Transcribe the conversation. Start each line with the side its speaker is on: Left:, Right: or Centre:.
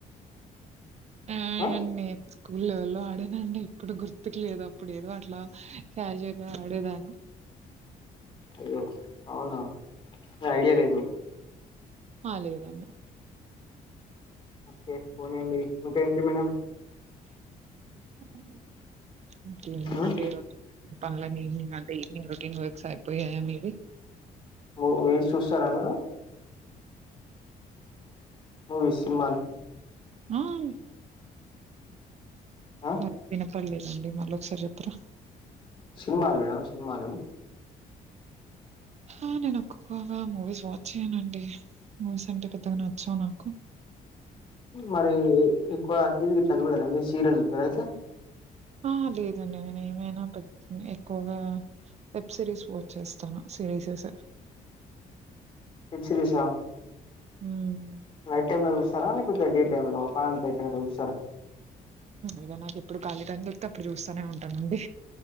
Right: అండ్
Left: ఆ
Right: నేను స్కూల్ లెవెల్ లో ఆడనండి ఇప్పుడు గుర్తుకు లేదు అప్పుడు ఏదో అట్లా క్యాస్యువల్గా అ ఆడేదాన్నీ
Left: అయ్యో అవునా ఐడియా లేదు మీకు
Right: ఆ లేదండి
Left: ఓకే పోనియండి ఇంకా ఏంటి మేడం
Right: ఆ ఇంకేముందండీ
Left: ఉమ్,
Right: రొటీన్ అంటే పనులన్నీ ఈవనింగ్ రొటీన్ సరిపోయాయ మీవి
Left: ఓ రీల్స్ చూస్తారా మీరు మూవీస్ సినిమాలు
Right: ఆమ్
Left: ఆ
Right: స వినపడలేదండి మళ్ళీ ఒకసారి చెప్పరా
Left: సినిమాలు మేడం సినిమాలు
Right: ఆ నేను ఎక్కువగా మూవీస్ వాచ్ చేయ్యానండి మూవీస్ అంటే పెద్దగా నచ్చవు నాకు
Left: మరి ఎక్కువ టీవీకి ఇట్లా చూడరా మీరు సీరియల్స్ చూస్తారా అయితే
Right: ఆ లేదండి నేను ఏమైనా పె <unintelligible> ఎక్కువగా సిరీస్ వాచ్ చేస్తాను సిరీసెస్
Left: వెబ్ సిరీస్ ఆ
Right: హామ్
Left: నైట్ టైమ్ లో చూస్తారా లేకపోతే డే టైం లో పనంతా అయిపోయినాక చూస్తారా
Right: ఇలా నాకు ఎప్పుడు ఖాళీ టైం దొరికితే అప్పుడు చూస్తానే ఉంటాను అండి